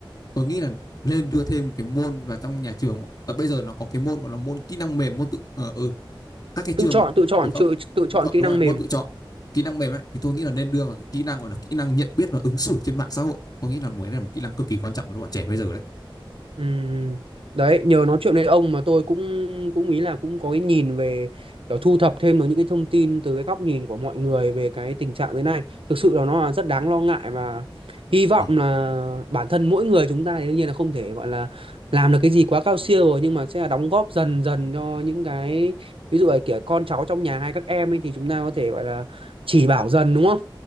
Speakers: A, on the left; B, on the right.
A: tôi nghĩ là nên đưa thêm một cái môn vào trong nhà trường và bây giờ nó có cái môn gọi là môn kỹ năng mềm môn tự ờ ừ các cái trường
B: Tự chọn, tự chọn,
A: phổ thông
B: tự, tự
A: tự
B: chọn
A: chọn
B: kỹ
A: đúng
B: năng
A: rồi
B: mềm.
A: môn tự chọn kỹ năng mềm ấy thì tôi nghĩ là nên đưa vào cái kỹ năng gọi là kỹ năng nhận biết và ứng xử trên mạng xã hội tôi nghĩ là một cái này là một kỹ năng cực kỳ quan trọng của các bạn trẻ bây giờ đấy
B: Ừm, đấy nhờ nói chuyện với ông mà tôi cũng cũng ý là cũng có cái nhìn về kiểu thu thập thêm được những cái thông tin từ cái góc nhìn của mọi người về cái tình trạng thế này thực sự là nó là rất đáng lo ngại và hy vọng
A: ừ.
B: là bản thân mỗi người chúng ta thì đương nhiên là không thể gọi là làm được cái gì quá cao siêu rồi nhưng mà sẽ là đóng góp dần dần cho những cái ví dụ là kiểu con cháu trong nhà hay các em ấy thì chúng ta có thể gọi là chỉ bảo dần đúng không